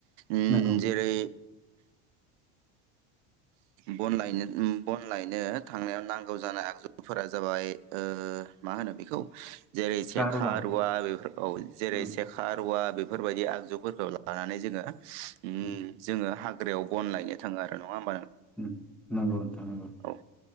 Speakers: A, on the right (about 85°); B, in the centre.
A: उम
B: नंगौ
A: जेरै बन लायनो बन लायनो थांनायाव नांगौ जानाय आगजुफोरा जाबाय ओ मा होनो बेखौ जेरै सेखा
B: गार'आ
A: रुवा बेफोरखौ जेरै
B: उम
A: सेखा रुवा बेफोरबायदि आगजुफोरखौ लानानै जोङो ओ
B: उम
A: जोङो हाग्रा हाग्रायाव बन लायनो थाङो आरो नङा होम
B: ओम नंगौ नोंथां नंगौ
A: औ